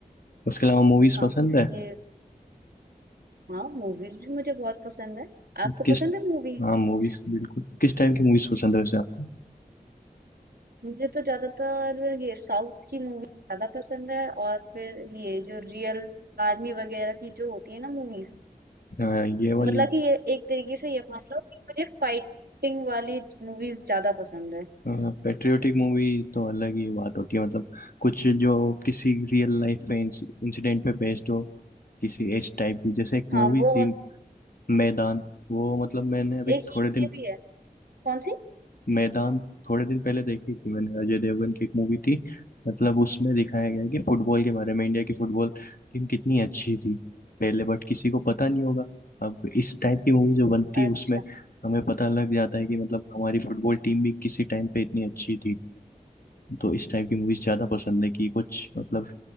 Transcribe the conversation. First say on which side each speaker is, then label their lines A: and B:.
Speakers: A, on the left (about 70°); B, on the right (about 85°).
A: उसके अलावा मूवीज
B: हाँ
A: पसंद है
B: ये हाँ मूवीज भी मुझे बहुत पसंद है आपको
A: किस
B: पसंद है मूवीज
A: हाँ मूवीज बिल्कुल किस टाइप की मूवीज पसंद है वैसे आपको
B: मुझे तो ज्यादातर ये साउथ की मूवीज ज्यादा पसंद है और फिर ये जो रियल आर्मी वगैरह की जो होती है ना मूवीज
A: हाँ, ये वाली
B: मतलब कि ये एक तरीके से ये मान लो कि मुझे फाइटिंग वाली मूवीज ज्यादा पसंद है
A: पेट्रियोटिक मूवी तो अलग ही बात होती है मतलब कुछ जो किसी रियल लाइफ में इंसिडेंट पे बेस्ड हो किसी इस टाइप की जैसे एक
B: हाँ
A: मूवी
B: वो
A: थी
B: और
A: मैदान वो मतलब मैंने अभी
B: एक ये
A: थोड़े दिन
B: ये भी है कौन सी
A: मैदान थोड़े दिन पहले देखी थी मैंने अजय देवगन की एक मूवी थी मतलब उसमें दिखाया गया है कि फुटबॉल के बारे में इंडिया की फुटबॉल टीम कितनी अच्छी थी पहले बट किसी को पता नहीं होगा अब इस टाइप की मूवी जो बनती है
B: अच्छा
A: उसमें हमें पता लग जाता है कि मतलब हमारी फुटबॉल टीम भी किसी टाइम पे इतनी अच्छी थी तो इस टाइप की मूवीज ज्यादा पसंद है कि कुछ मतलब